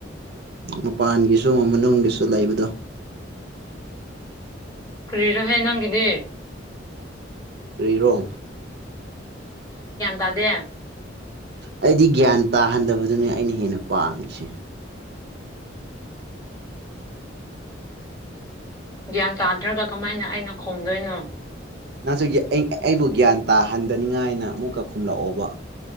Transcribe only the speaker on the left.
ꯀꯔꯤꯔꯍꯦ ꯅꯪꯒꯤꯗꯤ
ꯇꯗꯦ
ꯒ꯭ꯌꯥꯟ ꯆꯥꯗ꯭ꯔꯒ ꯀꯃꯥꯏꯅ ꯑꯩꯅ ꯈꯣꯝꯗꯣꯏꯅꯣ